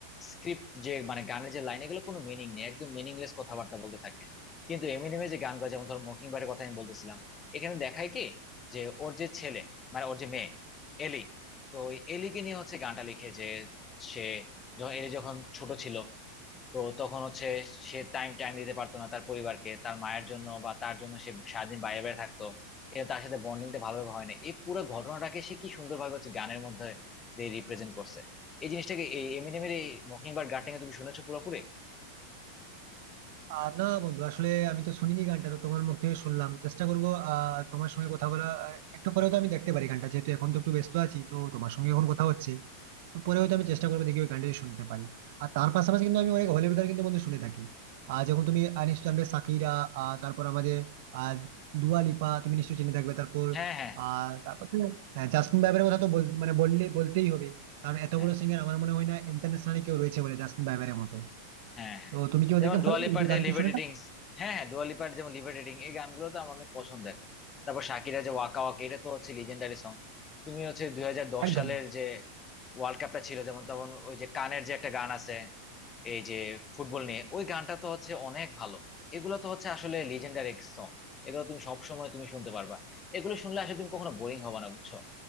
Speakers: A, on the left; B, on the right.
A: স্ক্রিপ্ট যে মানে গানের যে লাইন এগুলো কোনো মিনিং নেই একদম মিনিংলেস কথাবার্তা বলতে থাকে কিন্তু এমিনেমের যে গানগুলো যেমন ধর মকিং বার্ডের কথা আমি বলতেছিলাম এখানে দেখায় কি যে ওর যে ছেলে মানে ওর যে মেয়ে এলি তো ওই এলিকে নিয়ে হচ্ছে গানটা লিখে যে সে যখন এলি যখন ছোট ছিল তো তখন হচ্ছে সে টাইম টাইম দিতে পারতো না তার পরিবারকে তার মায়ের জন্য বা তার জন্য সে সারাদিন বাইরে বাইরে থাকতো এটা তার সাথে বন্ডিংটা ভালোভাবে হয় না এই পুরো ঘটনাটাকে সে কি সুন্দরভাবে হচ্ছে গানের মধ্যে দিয়ে রিপ্রেজেন্ট করছে এই জিনিসটাকে এই এমিনেমের এই মকিংবার্ড গার্ডেনিং এ তুমি শুনেছো পুরোপুরি
B: আর না বন্ধু আসলে আমি তো শুনিনি গানটা তো তোমার মুখ থেকে শুনলাম চেষ্টা করবো আহ তোমার সঙ্গে কথা বলা আহ, একটু পরেও তো আমি দেখতে পারি গানটা যেহেতু এখন তো একটু ব্যস্ত আছি তো তোমার সঙ্গে এখন কথা হচ্ছে তো পরে হয়তো আমি চেষ্টা করবো দেখি ওই গানটা যদি শুনতে পারি আর তার পাশাপাশি কিন্তু আমি অনেক হলিউড গান কিন্তু বন্ধু শুনে থাকি আর যখন তুমি আহ, নিশ্চয়ই জানবে সাকিরা আহ, তারপর আমাদের আহ দুয়া লিপা তুমি নিশ্চয়ই চিনে থাকবে তারপর
A: হ্যাঁ হ্যাঁ
B: আহ তারপর তো হ্যাঁ, জাস্টিন বাইবারের কথা তো বল মানে বললে বলতেই হবে কারণ এত
A: হ্যাঁ
B: বড় সিঙ্গার আমার মনে হয় না ইন্টারন্যাশনালি কেউ রয়েছে বলে জাস্টিন বাইবারের মতো
A: হ্যাঁ হ্যাঁ
B: তো তুমি কি ওদেরকে
A: যেমন ডুয়ালিপার
B: ফলো গান
A: যে
B: কি
A: লিভারেটিংস
B: শুনে থাকো
A: হ্যাঁ হ্যাঁ ডুয়ালিপার যেমন লিভারেটিং এই গানগুলো তো আমার অনেক পছন্দের তারপর শাকিরা যে ওয়াকা ওয়াকা এটা তো হচ্ছে লিজেন্ডারি সং তুমি হচ্ছে দুই হাজার দশ
B: একদম
A: সালের যে ওয়ার্ল্ড কাপটা ছিল যেমন তখন ওই যে কানের যে একটা গান আছে এই যে ফুটবল নিয়ে ওই গানটা তো হচ্ছে অনেক ভালো এগুলো তো হচ্ছে আসলে লিজেন্ডারি সং এগুলো তুমি সব সময় তুমি শুনতে পারবা এগুলো শুনলে আসলে তুমি কখনো বোরিং হবে না বুঝছো